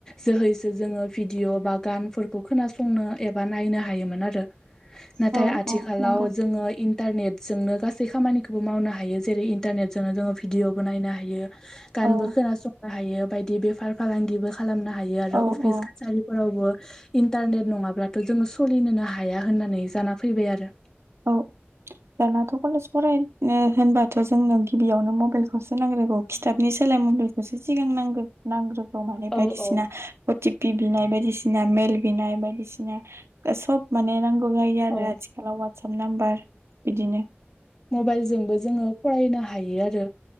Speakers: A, on the left; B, on the right.
A: जोहैसो जोङो भिडिअ' बा गानफोरखौ खोनासंनो एबा नायनो हायोमोन आरो।
B: <inaudible>
A: नाथाय आथिखालाव
B: औ नंगौ
A: जोङो इन्टारनेटजोंनो गासै खामानिखौबो मावनो हायो। जेरै इन्टारनेटजोंनो जोङो भिडिय'बो नायनो हायो गानबो
B: औ
A: खोनासंनो हायो बायदि बेफार फालांगिबो खालामनो हायो आरो
B: औ
A: अफिस
B: औ
A: कासारि फोरावबो इन्टारनेट नङाब्लाथ' जोङो सोलिनोनो हाया होननानै जाना फैबाय आरो।
B: औ। दानाथ' कलेज फरायनो होनबाथ' जोंनो गिबियावनो मबाइलखौसो नांग्रोगौ। खिथाबनि सोलाय मुलिखौसो सिगां नांगो नांग्रो <inaudible>
A: औ
B: बायदिसिना
A: औ
B: अ टि पि बिनाय बायदिसिना मेल बिनाय बायदिसिना। सब माने नांगौ जायो आरो
A: औ
B: आथिखालाव वाट्सप नाम्बार बिदिनो।
A: मबाइलजोंबो जोङो फरायनो हायो आरो